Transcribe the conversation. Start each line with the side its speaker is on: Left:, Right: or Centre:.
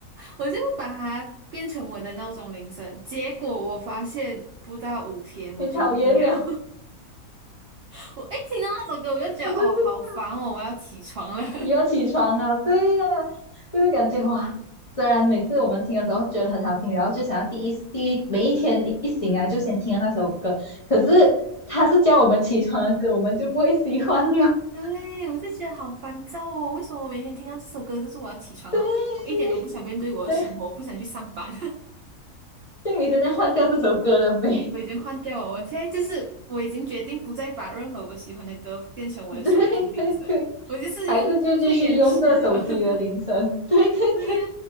Right: 我我就把它变成我的闹钟铃声。结果我发现不到五天我就腻了，
Left: <laughs> 你讨厌了。
Right: <laughs> 我一听到那首歌我就觉得，
Left: 我就是
Right: 哦，好烦哦，我要起床了。<laughs>
Left: 你要起床啊，对呀、就是感觉哇，虽然每次我们听的时候觉得很好听，然后就想要第一第一每一天一醒来就先听到那首歌，可是他是叫我们起床的歌，我们就不会喜欢了。
Right: 对，
Left: <laughs>
Right: 我就觉得好烦躁哦，为什么我每天听到这首歌就是我要起床了？
Left: 对，
Right: 我一点都不想面对我的生活，
Left: 对，
Right: 我不想去上班。
Left: 像你现在换掉这首歌了没？
Right: 我已经换掉了，我现在就是我已经决定不再把任何我喜欢的歌变成我的手机铃声，
Left: <laughs> 对对对，
Right: 我就是用最原始的。
Left: 还是就继续用这手机的铃声，
Right: <laughs>
Left: <laughs> 对对对，
Right: 对呀，